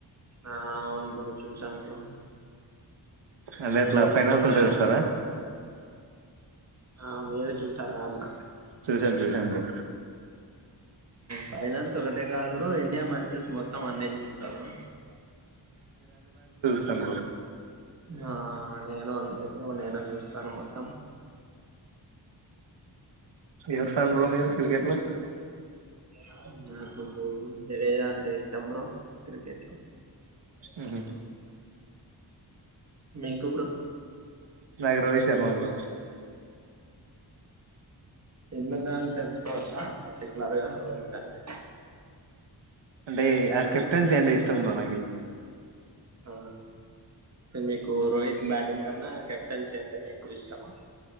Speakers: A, on the right; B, on the right.
A: ఆ అవును బ్రో చూసాను బ్రో
B: అంటే ఎట్లా
A: మీరు
B: ఫైనల్స్
A: చూసారా
B: ఒక్కటె చుస్తారా
A: ఆ మీరే చూసారా అన్న
B: చూసాను చూసాను బ్రో
A: ఫైనల్స్ ఒకటే కాదు్ బోర్ఇండియా మ్యాచెస్ మొత్తం అన్నీ చూస్తా బ్రో
B: చం
A: ఆ నేను అందదు నేను చూస్తాను మొత్తం
B: ఎవరు ఫ్యాన్ బ్రో మీరు క్రికెట్ లో
A: <inaudible> నాకు సరే అ ఏదీ ఇష్టం బ్రో క్రికెట్ లో
B: మ్మ్ హ్మ్
A: న తప్పు
B: నాకు రోహిత్ శర్మ బ్రో
A: ఎన్న దని తెలుసుకోవచ్చా పర్టికలర్ గా రోహిత్ అంటే
B: అంటే ఆక ెన్స్ంట ఇష్టం బ్రో నాకి
A: ఆ మీకు రోహిత్ బ్యాటింగ్ కన్నా కెప్టెన్సీ అంటేనే ఎక్కువ ఇష్టమా